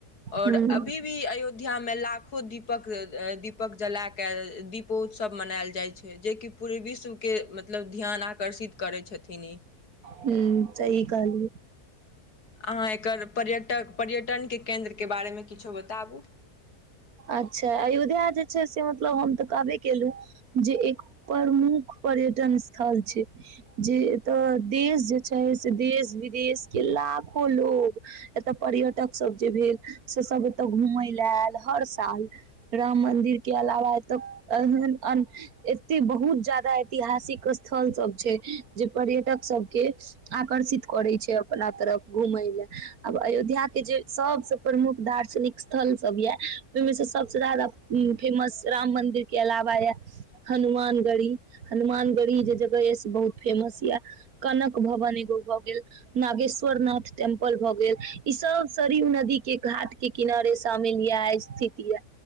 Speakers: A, on the left (about 85°); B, on the right (about 70°).
A: और
B: हूँ
A: अभी भी अयो ध्या मे लाखो दीपक, ए दीपक जला के दीपोत सव मनाएल जाय छै, जे कि पूरे विश्व के मतलब ध्यान आकर्षित करै छथिन ई।
B: ह्म्म सही कहलिये।
A: अहाँ एकर पर्यटक, पर्यटन के केन्द्र के बारे मे किछो बताबू।
B: अच्छा अयोध्या जे छै से मतलब हम ते कहबै केलु जे एक प्रमुख पर्यटन स्थल छै, जे ते देश जे छै से देश-विदेश के लाखो लोग एता पर्यटक सब जे भेल से सब एता घूमे ले आएल। हर साल राम मंदिर के अलावा एता एहन ए एते बहुत जादा ऐतिहासिक स्थल सब छै जे पर्यटक सबके आकर्षित करे छै अपना तरफ घूमेलै, आब अयोध्या के जे सबसे प्रमुख दार्शनिक स्थल सब या ओय मे से सबसे जादा उम्म फेमस राम मंदिर के अलावा या हनुमान गढ़ी, हनुमान गढ़ी जे जगह या से बहुत फेमस या, कनक भवन एगो भऽ गेल, नागेश्वर नाथ टेम्पल भऽ गेल, ई सब सरयू नदी के घाट के किनारे शामिल या, ए सिती या,